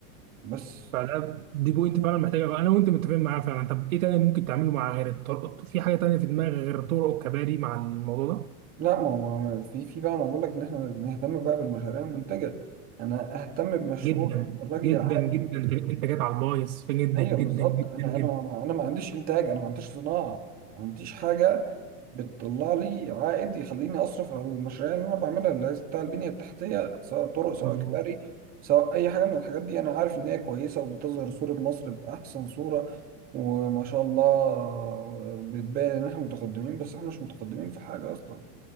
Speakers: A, on the right; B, on the right.
A: بس
B: فده دي بوينت فعلا محتاجة انا وانت متفقين معاها فعلا طب ايه تاني ممكن تعمله مع غير الطرق في حاجة تانية في دماغك غير الطرق والكباري مع الموضوع ده؟
A: لا ما هو في في بقى انا بقول لك ان احنا نهتم بقى بالمشاريع المنتجه انا اهتم بمشروع
B: جدا
A: يخرج
B: جدا
A: لي عائد
B: جدا انت جات على البايظ جدا
A: ايوه
B: جدا
A: بالظبط
B: جدا
A: انا
B: جدا
A: انا ما انا ما عنديش انتاج انا ما عنديش صناعه ما عنديش حاجه بتطلع لي عائد يخليني اصرف على المشاريع اللي انا بعملها اللي هي بتاع البنيه التحتيه سواء طرق سواء
B: مظبوط
A: كباري سواء اي حاجه من الحاجات دي انا عارف ان هي كويسه وبتظهر صوره مصر باحسن صوره وما شاء الله بتبان ان احنا متقدمين بس احنا مش متقدمين في حاجه اصلا